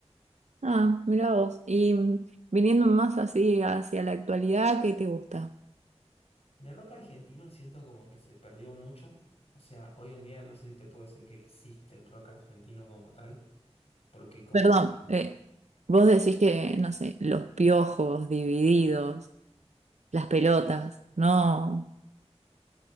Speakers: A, on the right (about 85°); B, on the left (about 65°).
A: Ah, mira vos. Y mm, viniendo más así hacia la actualidad, ¿qué te gusta?
B: De rock argentino siento como que se perdió mucho. O sea, hoy en día no sé si te puedo decir que existe el rock argentino como tal, porque como
A: Perdón,
B: que...
A: eh, vos decís que, no sé, los piojos, divididos, las pelotas, no,